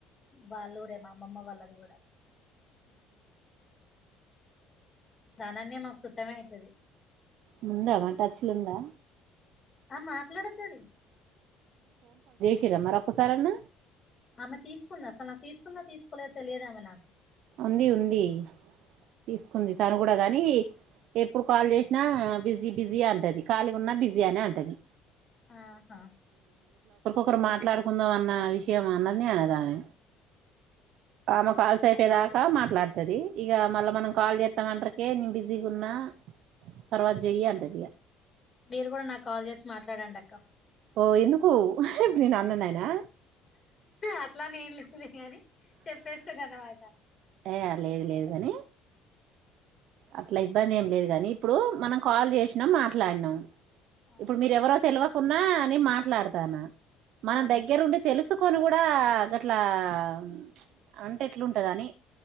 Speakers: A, on the left; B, on the right.
A: వాళ్ళు రేమ అమ్మమ్మ వాళ్ళది కూడా సానన్య మాకు చుట్టమ అయితది
B: ముందా మాటాచ్చలుందా
A: ఆ మాకులాడుతది
B: చ్చర మరి ఒకసార అన్న
A: ఆమె తీసుకుందా అసలు నాకు తీసుకుందా తీసుకోలే తెలియదు ఆమె నాకు
B: ఉంది ఉంది తీసుకుంది తను కూడా గాని ఎప్పుడు కాల్ చేసినా బిజీ బిజీ అంటది కాలిగా ఉన్నా బిజీ అనే అంటది
A: ఆహా
B: ఒకరు మాట్లాడుకుందాం అన్న విషయం అన్నదిని అనేదామె ఆమె కాలుసే
A: ఆ
B: పెదాకా
A: మాట్లా
B: మాట్లాడతది ఇక మళ్ళా మనం కాల్ చేస్తామ అంటరికే నేను బిజీగా ఉన్నా తర్వాత చెయ్య అంటది ఇక
A: మీరు కూడా నాకు కాల్ చేసి మాట్లాడండి అక్క
B: ఓ ఎందుకు హ్ ఇప్పుడు నేను అన్యాననా
A: అట్లా నేన్ లేదులే గాని చెప్పేస్తాదన మాట.
B: య్య లేదు లేదు కాని అట్లా ఇబ్బంది ఎమ్ లేదు కాని ఇప్పుడు మనం కాల్ చేసినామ్ మాట్లాడినామ్.
A: అవును
B: ఇప్పుడు మీరు ఎవరో తెలివకున్నా నేన్ మాట్లాడతాను మనం
A: అవును
B: దగ్గరుండి తెలుస్ ఎత్తుకొని కూడా గట్లా చ్ అంటే ఎట్లుంటదని